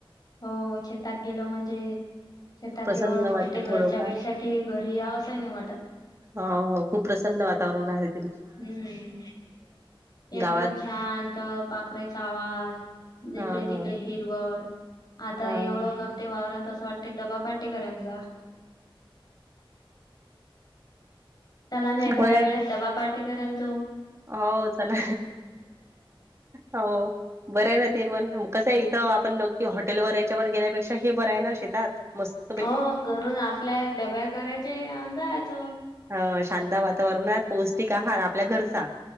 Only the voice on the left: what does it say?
हो शेतात गेलो म्हणजे शेतात
एवढं गमते
घरच्यापेक्षा
कि घरी या असंही नाही वाटत
हम्म एकदम
छानत पाखराचा आवाज जकडे
तिकडे हिरवळ आता
एवढं गमते वावरराात असं वाटते डबा पाटेकरांचा त्याला ना एखाद्या
वेळेस दबा पार्टी करायला तो
हो घरून आपल्या डबा्या करायचे अ जायच